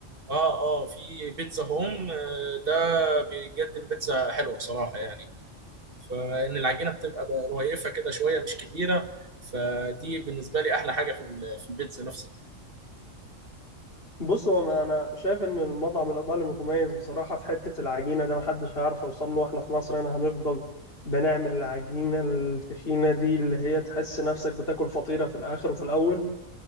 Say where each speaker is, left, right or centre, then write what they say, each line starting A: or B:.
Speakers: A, on the right (about 45°); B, on the left (about 45°).
A: اه اه في بيتزا هوم آه، ده بيقدم بيتزا حلوه بصراحه يعني فان العجينه بتبقى ب- رهيفه كده شويه مش كبيره فدي بالنسبه لي احلى حاجه في ال- في البيتزا نفسها
B: بص هو ما انا شايف ان المطعم الايطالي متميز بصراحة في حتة العجينة ده محدش هيعرف يوصل له احنا في مصر هنا هنفضل بنعمل العجينة التخينة دي اللي هي تحس نفسك بتاكل فطيرة في الاخر وفي الاول